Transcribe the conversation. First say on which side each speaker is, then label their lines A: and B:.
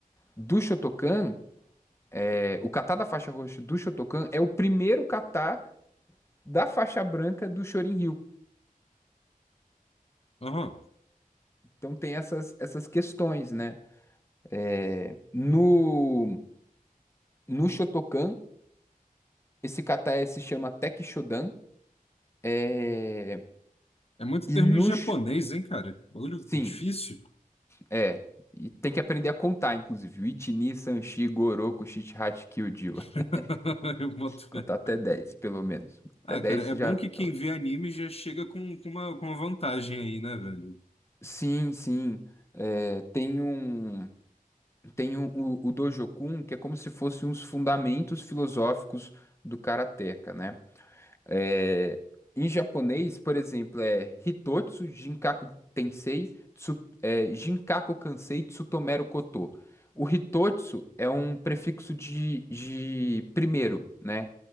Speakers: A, on the left (about 20°); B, on the left (about 40°).
A: do Shotokan, é, o kata da faixa roxa do Shotokan é o primeiro kata da faixa branca do Shorin-ryu.
B: Aham.
A: Então tem essas, essas questões, né? É, no, no Shotokan, esse kata é- se chama Tekishodan. É,
B: É muito
A: e
B: termo
A: no...
B: em japonês, hein, cara? Bagulho
A: Sim,
B: difícil.
A: é. E tem que aprender a contar, inclusive. Ichi, ni, san, shi, goroku, shichihachi, kyujiwa.
B: <laughs> Eu boto
A: <laughs> Contar
B: fé.
A: até 10 pelo menos.
B: Ah,
A: Até 10
B: cara, é
A: já
B: bom que
A: tá
B: quem
A: ótimo.
B: vê anime já chega com, com uma, com uma vantagem aí, né, velho?
A: Sim, sim. É, tem um... Tem o, o, o Dojokun, que é como se fossem os fundamentos filosóficos do karateka, né? É, em japonês, por exemplo, é Hitotsu, Jinkaku Tensei, Tsu, é, Jinkaku Kansei, Tsutomeru Koto. O Hitotsu é um prefixo de, de primeiro, né?